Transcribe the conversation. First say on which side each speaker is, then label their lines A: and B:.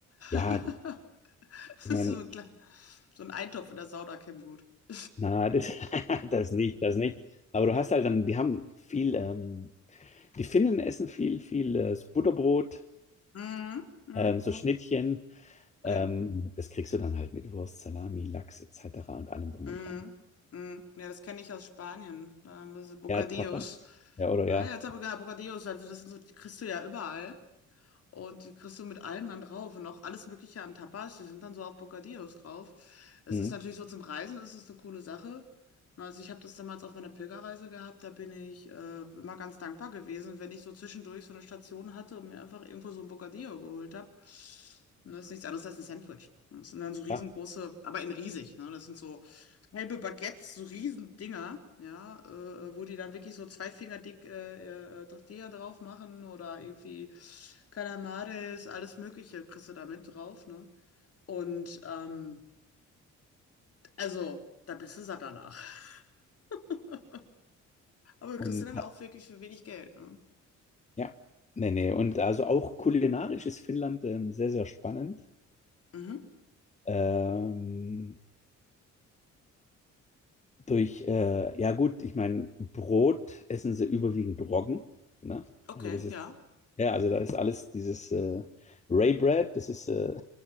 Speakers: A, on the left; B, on the left.
A: <laughs>
B: Ja,
A: Das
B: ich
A: ist
B: meine,
A: so ein, kle- so ein Eintopf in der Sauna käme gut. <laughs>
B: na, das, <laughs> das nicht, das nicht. Aber du hast halt dann, die haben viel, ähm, die Finnen essen viel, viel äh, so Butterbrot,
A: Mhm, mhm,
B: ähm, so Schnittchen.
A: okay.
B: Ähm, das kriegst du dann halt mit Wurst, Salami, Lachs etc. und allem drum
A: Mhm,
B: und dran.
A: mhm. Ja, das kenne ich aus Spanien. Da haben wir so Bocadillos.
B: Ja, Tapas. Ja, oder
A: Naja,
B: ja.
A: jetzt habe ich gerade Bocadillos, also das sind so, die kriegst du ja überall. Und die kriegst du mit allem dann drauf und auch alles Mögliche an Tapas, die sind dann so auf Bocadillos drauf. Es
B: Hm,
A: ist natürlich so zum Reisen, ist es eine coole Sache. Na, Also ich habe das damals auf meiner Pilgerreise gehabt, da bin ich äh, immer ganz dankbar gewesen, wenn ich so zwischendurch so eine Station hatte und mir einfach irgendwo so ein Bocadillo geholt habe. Das ist nichts anderes als ein Sandwich. Das sind dann so riesengroße,
B: ja.
A: aber in riesig, ne? Das sind so Halbe Baguettes, so Riesendinger, ja, äh, wo die dann wirklich so zwei Finger dick äh, äh, Tortilla drauf machen oder irgendwie Calamares, alles Mögliche kriegst du da mit drauf, ne? Und ähm, also, da bist du satt danach. <laughs> Aber du
B: Und
A: kriegst du dann auch wirklich für wenig Geld, ne?
B: Ja, nee, nee. Und also auch kulinarisch ist Finnland ähm, sehr, sehr spannend.
A: Mhm.
B: Ähm, durch, äh, ja gut, ich meine, Brot essen sie überwiegend Roggen. Ne?
A: Okay,
B: Also das ist,
A: ja.
B: ja, also da ist alles dieses äh, Ray Bread, das ist, äh,